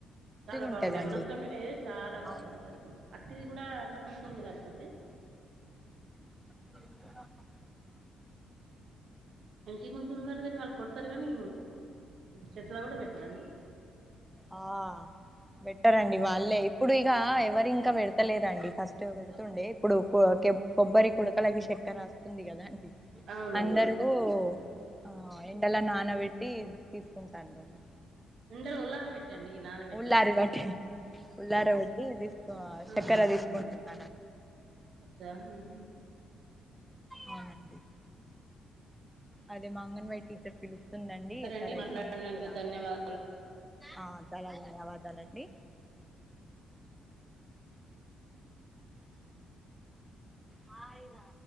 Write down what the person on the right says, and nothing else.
చాలా
బాగుండే అన్నంతోనే చాలా బాగుంటంది
అట్టిది కూడా నా అంత ఉండచ్చ అండి
<unintelligible> ఇంటి ముందు ఉన్నరు కానీ వాళ్ళు కొడతరు కానీ చేతులా కూడా పెట్టరా అండి.
అవునండి
ఎండలో ఉల్లార పెట్టండి, నాన పెట్టరు.
ఆహా
అచ్చా ఉహ్.
అండి మాట్లాడినందుకు
ధన్యవాదాలు